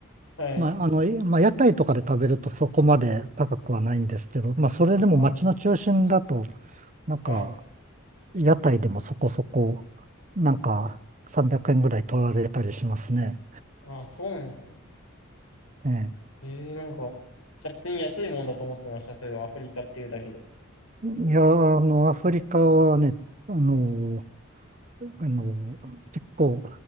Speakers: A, on the left (about 85°); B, on the right (about 35°).
A: はい。
B: まあ、あの、いまあ、屋台とかで食べるとそこまで高くはないんですけど、まあ、それでも街の中心だと、
A: あー、
B: なんか、
A: はい。
B: 屋台でもそこそこ、なんか、300円ぐらい取られたりしますね。
A: あー、そうなんですね。
B: ええ
A: えー、なんか、勝手に安いもんだと思ってました。それアフリカっていうだけで。
B: いや、あの、アフリカはね、あの、あの、結構、